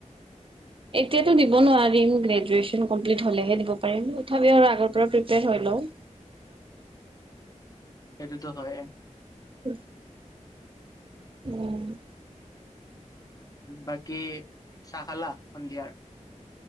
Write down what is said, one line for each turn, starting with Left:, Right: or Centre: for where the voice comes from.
Right: এতিয়াটো দিব নোৱাৰিম গ্ৰেজুৱেচন কমপ্লিট হলেহে দিব পাৰিম তথাপি আৰু আগৰ পৰা প্ৰপয়াৰ হেল্ল'
Left: সেইটোতো হয়
Right: উ উম
Left: বাকি চখলা অন্ধিয়াৰ